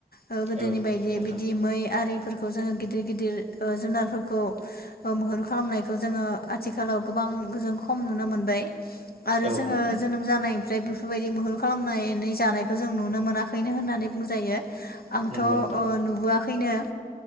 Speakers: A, on the left; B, on the right.
A: ओ गोदोनि
B: औ
A: बायदि
B: नोंथां
A: बिदि मै आरि फोरखौ जोंङो गिदिर-गिदिर ओ जुनारफोरखौ ओ मैहुर खालामनाय- खौ जोङो आथिखालाव गोबां जों खम नुनो मोनबाय आरो
B: औ
A: जोङो
B: नोंथां
A: जोनोम जानाय जाय बेफोरबायदि मैहुर खालामनानै जानायखौ जों नुनो मोनाखैनो होननानै बुंजायो। आंथ'
B: नंगौ नोंथां
A: ओ नुबोयाखैनो